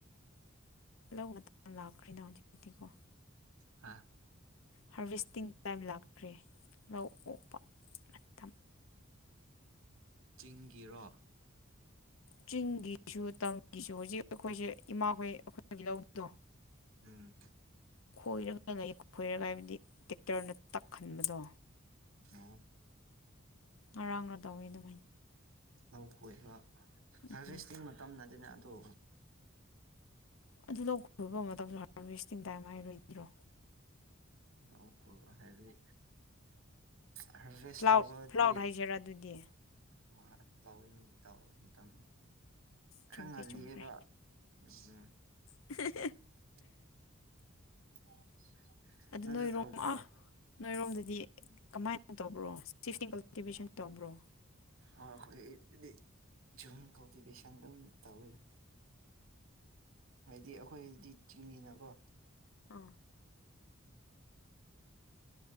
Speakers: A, on the left; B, on the right.
A: ꯂꯧ ꯂꯥꯛꯈ꯭ꯦꯅ ꯍꯧꯖꯤꯛꯀꯤꯤꯀꯣ
B: ꯍꯥ
A: ꯍꯥꯔꯚꯦꯁꯇꯤꯡ ꯇꯥꯏꯝ ꯂꯥꯛꯈ꯭ꯔꯦ ꯂꯧ ꯑꯣꯛꯄ ꯃꯇꯝ
B: ꯆꯤꯡꯒꯤꯔꯣ
A: ꯆꯤꯡꯒꯤꯁꯨ ꯇꯝꯒꯤꯁꯨ ꯍꯧꯖꯤꯛ ꯑꯩꯈꯣꯏꯁꯦ ꯏꯃꯥꯈꯣꯏ ꯑꯩ ꯂꯧꯗꯨꯗꯣ
B: ꯎꯝ
A: ꯈꯣꯏꯔꯒ ꯈꯣꯏꯔꯒ ꯍꯥꯏꯕꯗꯤ ꯇꯦꯛꯇꯔꯅ ꯇꯛꯍꯟꯕꯗꯣ
B: ꯑ‌ꯣ
A: ꯑꯔꯥꯡꯅ ꯇꯧꯋꯤꯅꯣ
B: ꯂꯧ ꯀꯣꯏꯕ ꯍꯥꯔꯚꯦꯁꯇꯤꯡ
A: ꯎꯝ
B: ꯃꯇꯝꯗꯗꯤꯅꯦ ꯑꯗꯨ
A: ꯑꯗꯨ ꯂꯧ ꯈꯣꯏꯕ ꯃꯇꯝꯗ ꯍꯥꯔꯚꯦꯁꯇꯤꯡ ꯇꯥꯏꯝ ꯍꯥꯏꯔꯣꯏꯗ꯭ꯔꯣ
B: ꯂꯎ ꯈꯨꯕ ꯍꯥꯏꯕ ꯍꯥꯔꯚꯤꯁꯁ
A: ꯐ꯭ꯂꯥꯎꯠ
B: ꯇꯧꯕꯗꯤ
A: ꯐ꯭ꯂꯥꯎꯠ ꯍꯥꯏꯁꯤꯔꯥ ꯑꯗꯨꯗꯤ
B: ꯍ ꯇ ꯇ ꯈꯔ
A: ꯆꯨꯝꯈ꯭ꯔꯦ
B: ꯉꯜꯂꯤꯑꯦꯕ
A: ꯆꯨꯝꯈ꯭ꯔꯦ
B: ꯎꯝ
A: <unintelligible>
B: <unintelligible>
A: ꯑꯗꯨ
B: ꯅꯪꯁꯨ
A: ꯅꯣꯏꯔꯣꯀ‌ꯣ
B: ꯇꯧꯕ꯭ꯔꯣ
A: ꯅꯣꯏꯔꯣꯝꯗꯗꯤ ꯀꯃꯥꯏꯅ ꯇꯧꯕ꯭ꯔꯣ ꯁꯤꯇ ꯀꯜꯇꯤꯚꯁꯟ ꯇꯧꯕ꯭ꯔꯣ
B: ꯑ ꯑꯩꯈꯣꯏ ꯖꯨꯨꯝ ꯀꯧꯗꯤꯕꯤꯁꯥꯟꯗ ꯇꯎꯔ ꯍꯥꯏꯗꯤ ꯑꯩꯈꯣꯏꯗꯤ ꯆꯤꯡꯅꯤꯅꯀꯣ
A: ꯑꯥ